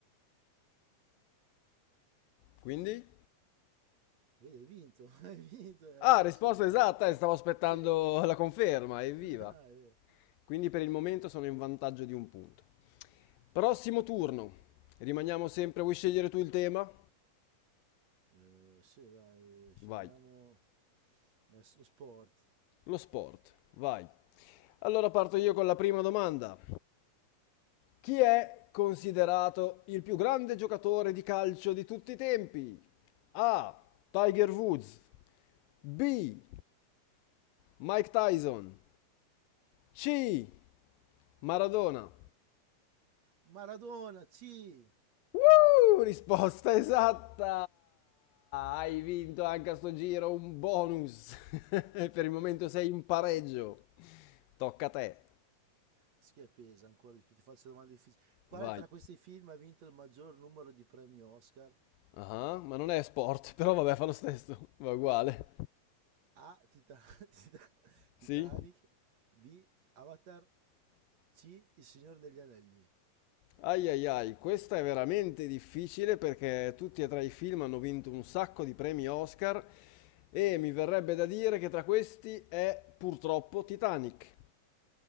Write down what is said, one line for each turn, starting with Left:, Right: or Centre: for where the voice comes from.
Left: Quindi?
Right: Vedi, hai vinto, <laughs> hai vinto,
Left: Ah,
Right: era facile,
Left: risposta
Right: dai.
Left: esatta e stavo aspettando
Right: Sì,
Left: la conferma, evviva.
Right: <laughs> Ah, è vero.
Left: Quindi per il momento sono in vantaggio di un punto. Prossimo turno. Rimaniamo sempre, vuoi scegliere tu il tema?
Right: Eh, sì, dai, scegliamo
Left: Vai.
Right: lo sport.
Left: Lo sport, vai. Allora parto io con la prima domanda. Chi è considerato il più grande giocatore di calcio di tutti i tempi? A. Tiger Woods. B. Mike Tyson. C. Maradona.
Right: Maradona, sì!
Left: Woo! Risposta esatta! Hai vinto anche a sto giro un bonus. <laughs> Per il momento sei in pareggio. Tocca a te.
Right: Schiappesa, ancora di più, ti faccio domande difficili. Quale
Left: Vai.
Right: tra questi film ha vinto il maggior numero di premi Oscar?
Left: Ah, ma non è sport, <laughs> però vabbè, fa lo stesso, va uguale.
Right: A. Tita- <laughs> Tita-
Left: Sì?
Right: Titanic. B. Avatar. C. Il Signore degli Anelli.
Left: Ai ai ai, questa è veramente difficile perché tutti e tre i film hanno vinto un sacco di premi Oscar e mi verrebbe da dire che tra questi è purtroppo Titanic.